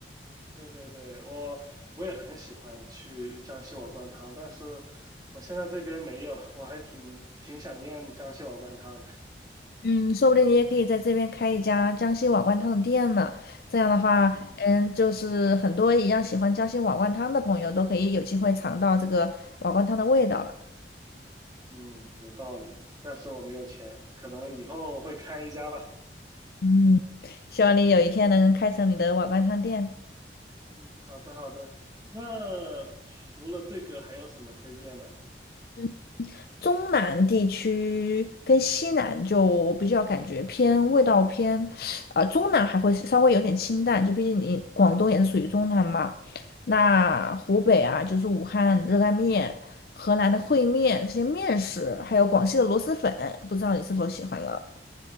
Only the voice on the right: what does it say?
对对对，我我也很喜欢去江西瓦罐汤，但是我现在这边没有，我还挺挺想念江西瓦罐汤的。
嗯
嗯，有道理，但是我没有钱，可能以后会开一家吧。
嗯，好的好的。那除了这个还有什么推荐呢？